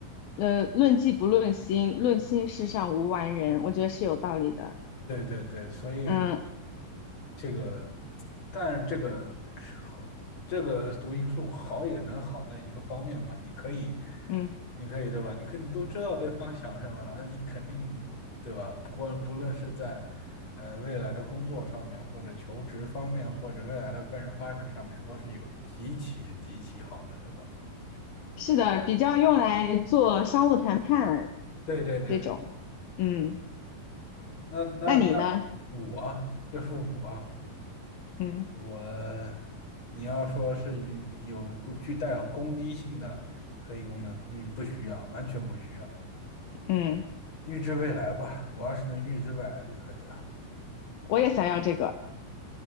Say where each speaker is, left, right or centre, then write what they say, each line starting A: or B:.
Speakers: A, on the left; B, on the left.
A: 呃，论迹不论心，论心世上无完人，我觉得是有道理的。
B: 对对对，所以
A: 嗯
B: 这个，但这个好，这个读心术好也能好在一个方面吧，你可以，
A: 嗯，
B: 你可以对吧？你可你都知道对方想什么了，那你肯定对吧？不光不论是在呃未来的工作上面，或者求职方面，或者未来的个人发展上面，都是有极其极其好的，对吧？
A: 是的，比较用来做商务谈判
B: 对对对对
A: 这种。嗯，
B: 那那那
A: 那你呢？
B: 我要是我，
A: 嗯
B: 我你要说是有有具带有攻击性的特异功能，嗯，不需要，完全不需要。
A: 嗯，
B: 预知未来吧，我要是能预知未来就可以了。
A: 我也想要这个，